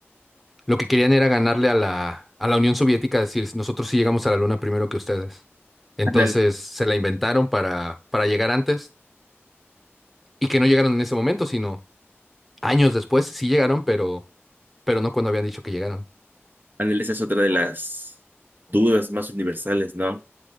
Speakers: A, in the centre; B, on the right.
A: Lo que querían era ganarle a la, a la Unión Soviética, decir, nosotros sí llegamos a la Luna primero que ustedes. Entonces
B: Ándale,
A: se la inventaron para, para llegar antes y que no llegaron en ese momento, sino años después sí llegaron, pero, pero no cuando habían dicho que llegaron.
B: ándale, esa es otra de las dudas más universales, ¿no?